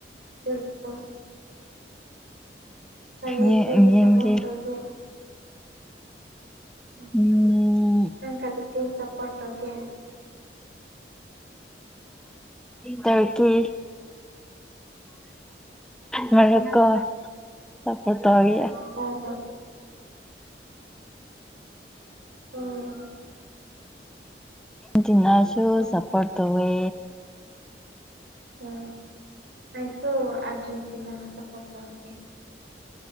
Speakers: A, on the right; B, in the centre.
A: ꯔꯄ ꯀꯔꯤ
B: ꯌꯦꯡꯒꯦ
A: ꯁꯄꯣ ꯑꯣꯏꯧꯒ ꯎꯝ
B: ꯎꯝ
A: ꯀꯥꯟ ꯀꯔꯤꯇꯦꯅ ꯁꯄꯣꯠ ꯇꯧꯒꯦ
B: ꯇꯔꯀꯤ ꯃ ꯂꯀ ꯁꯄꯣꯔ ꯇ ꯍꯒꯦ
A: ꯑꯣ <unintelligible> <unintelligible> ꯎꯝ
B: ꯗꯤꯅꯥꯁꯨ ꯁꯄꯠ ꯇꯧꯋꯦ
A: ꯎꯝ ꯑꯥꯏꯁꯨ ꯑꯔꯖꯦꯟꯇꯤꯅꯥ ꯁꯄꯣꯠ ꯇꯧ ꯑꯦ